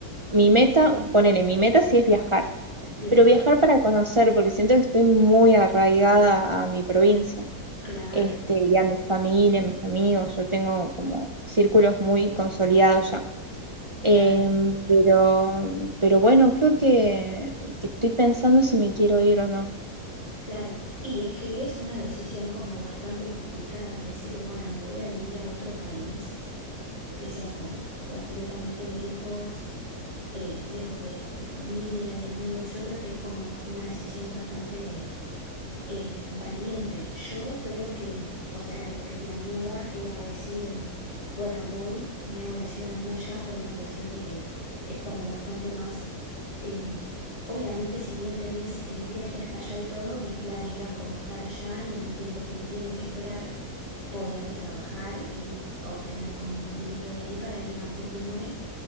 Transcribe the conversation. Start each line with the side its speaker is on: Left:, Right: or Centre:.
Right: mi meta, ponele, mi meta sí es viajar,
Left: Bien,
Right: pero viajar para conocer, porque siento que estoy muy arraigada a mi provincia,
Left: claro,
Right: este, y a mi familia, a mis amigos, yo tengo como círculos muy consolidados ya.
Left: claro.
Right: Em, pero, pero bueno, creo que, que estoy pensando si me quiero ir o no.
Left: Claro, y es que es una decisión como bastante complicada, decir, bueno, me voy a vivir a otro país que sea como completamente lejos, eh, lejos de, de familia, de amigos. Yo creo que es como una decisión bastante eh, valiente. Yo creo que, o sea, lo que planeaba era decir, em, bueno, voy, me hago la ciudadanía ya por una cuestión de que es como bastante más, em, obviamente si bien tenés el viaje hasta allá y todo, mis planes eran como estar allá y en el tiempo que uno tiene que esperar, poder trabajar y obtener como dinero de ahí para ir manteniéndome.